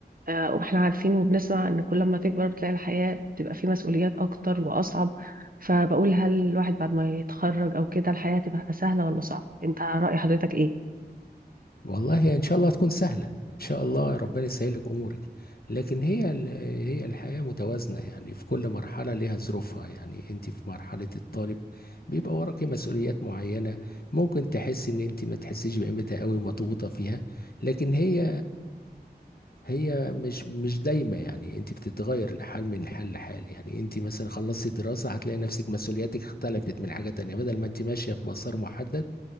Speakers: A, on the right; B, on the left.
A: آه، واحنا عارفين وبنسمع ان كل ما تكبر بتلاقي الحياة بتبقى فيه مسؤوليات اكتر واصعب فبقول هل الواحد بعد ما يتخرج او كده الحياة تبقى سهلة ولا صعبة انت رأي حضرتك ايه
B: والله ان شاء الله هتكون سهله ان شاء الله ربنا يسهل لك امورك لكن هي ال- هي الحياه متوازنه يعني في كل مرحله ليها ظروفها يعني انت في مرحله الطالب بيبقى وراكي مسؤوليات معينه ممكن تحس ان انت ما تحسيش بقيمتها قوي مضغوطه فيها لكن هي هي مش مش دايمة يعني انت بتتغير الحال من حال لحال يعني انت مثلا خلصتي دراسة هتلاقي نفسك مسؤولياتك اختلفت من حاجة تانية بدل ما انت ماشية في مسار محدد